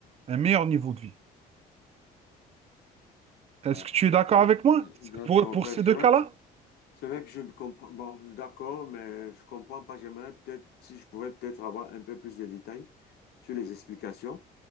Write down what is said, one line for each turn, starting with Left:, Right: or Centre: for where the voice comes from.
Right: un meilleur niveau de vie. Est-ce
Left: Ah,
Right: que tu es d'accord
Left: d-
Right: avec moi
Left: d- d'accord.
Right: pour, pour
Left: Ben,
Right: ces
Left: c'est
Right: deux
Left: vrai,
Right: cas-là?
Left: c'est vrai que je ne comprends. Bon, d'accord, mais je comprends pas. J'aimerais peut-être, si je pouvais peut-être avoir un peu plus de détails sur les explications.